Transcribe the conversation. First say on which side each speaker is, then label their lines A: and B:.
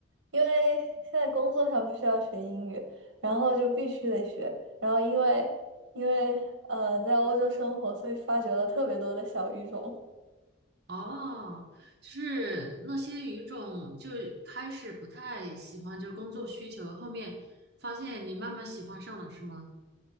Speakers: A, on the right; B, on the right.
A: 因为现在工作上必须要学英语，然后就必须得学，然后因为因为呃在欧洲生活，所以发掘了特别多的小语种。
B: 哦，是那些语种就开始不太喜欢，就是工作需求，后面发现你慢慢喜欢上了，是吗？